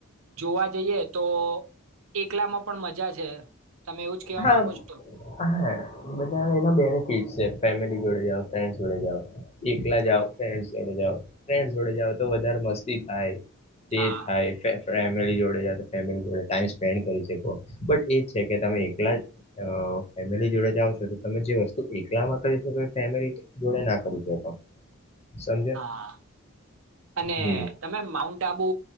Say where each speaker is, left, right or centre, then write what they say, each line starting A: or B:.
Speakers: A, on the right (about 90°); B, on the left (about 30°).
A: જોવા જઈએ તો. એકલામાં પણ મજા છે તમે એવું જ કેવા
B: હા
A: માંગો છો
B: હા બધા એના બે ઠીક છે ફેમિલી જોડે જાઓ ફ્રેન્ડસ જ જોડે જાઓ. એકલા જાઓ
A: હા
B: ફ્રેન્ડ્સ જોડે જાઓ. ફ્રેડ જોડે જવા તો વધારે મસ્તી થાય તે
A: હા
B: થાય. ફેમિલી જોડે જ તો ફેમિલી જોડે ટાઈમ સ્પેન્ડ કરી શકો. બટ એ જ છે કે તમે એકલા ફેમિલી જોડે જાઓ છો તો તમે જે વસ્તુ એકલામાં કરી શકો. ફેમિલી જોડે ના કરી શકો સમજ્યા
A: હા અને
B: હમ
A: તમે માઉન્ટ આબુ